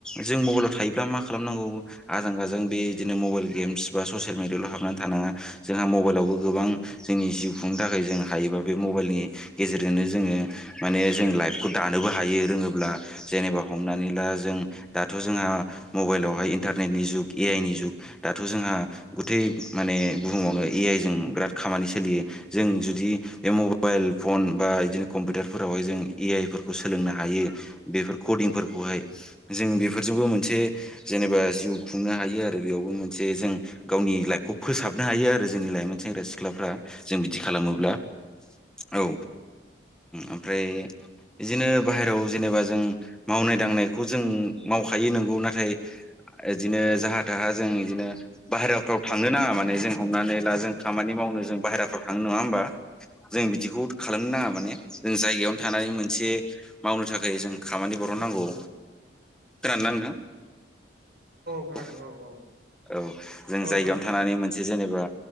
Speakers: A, in the centre; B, on the right.
A: जों मबाइलाव थायोब्ला मा खालामनांगौ। आजां गाजां बे बिदिनो मबाइल गेमस बा ससियेल मिडियाल' हाबनानै थानाङा। जोंहा मबाइलावबो गोबां जोंनि जिउ खुंनो थाखाय जों हायोबा बे मबाइलनि गेजेरजोंनो जोङो माने जों लाइफखौ दानोबो हायो रोङोब्ला। जेनेबा हमनानै ला जों दाथ' जोंहा मबाइलावहाय इन्टारनेटनि जुग ए आइ नि जुग द दाथ' जोंहा गुथै माने बुहुमावनो ए आइ जों बिराद खामानि सोलियो जों जु दि बे मबाइल फन बा बिदिनो कम्पिउटारफोरावहाय जों ए आइ सोलोंनो हायो बेफोर कदिंफोरखौहाय जों बेफोरजोंबो मोनसे जेनेबा जिउ खुंनो हायो आरो। बेयावबो मोनसे जों गावनि लाइफखौ फोसाब हाबनो हायो आरो जोंनि लाइमोन सेंग्रा सिख्लाफ्रा जों बिदि खालामोब्ला औ। ओमफ्राय बिदिनो बाहेरायाव जेनेबा जों मावनाय दांनायखौ जों मावखायो नोंगौ। नाथाय बिदिनो जाहा थाहा जों बिदिनो बाहेरायाव फ्राव थांनो नाङा माने। जों हमनानै ला जों खामानि मावनो जों बाहेराफ्राव थाङो नङा होमबा? जों बिदिखौ बुहुद खालामनो नाङा माने जों जायगायावनो थानानै मोनसे मावनो थाखाय जों खामानि बरन नांगौ। खोनादोंना नोथां? <inaudible>
B: खोनादों औ
A: औ जों
B: औ
A: जायगायावनो
B: खोनादों
A: थानानै
B: नोंथां
A: मोनसे जेनेबा